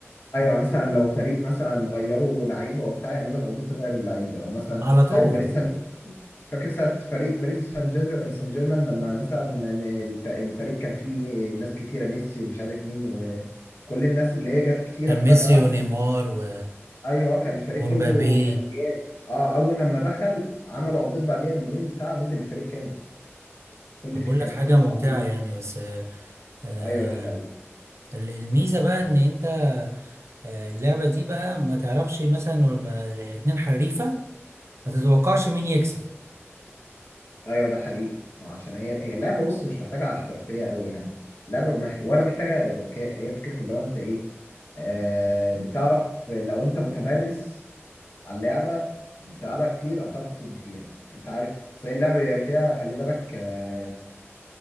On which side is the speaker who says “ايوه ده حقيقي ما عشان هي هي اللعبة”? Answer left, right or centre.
Left